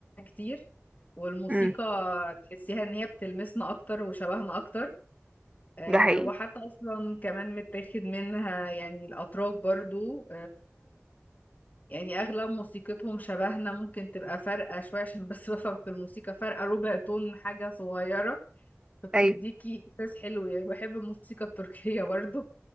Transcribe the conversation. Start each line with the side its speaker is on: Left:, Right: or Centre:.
Left: كتير والموسيقى
Right: امم
Left: تحسيها ان هي بتلمسنا اكتر وشبهنا اكتر آه،
Right: ده حقيقي
Left: وحتى اصلا كمان متاخد منها يعني الاتراك برضو يعني اغلب موسيقتهم شبهنا ممكن تبقى فارقة شوية عشان بس بفهم في الموسيقى فارقة ربع تون حاجة صغيرة فبتديكي
Right: ايوه
Left: احساس حلو يعني بحب الموسيقى التركية برضو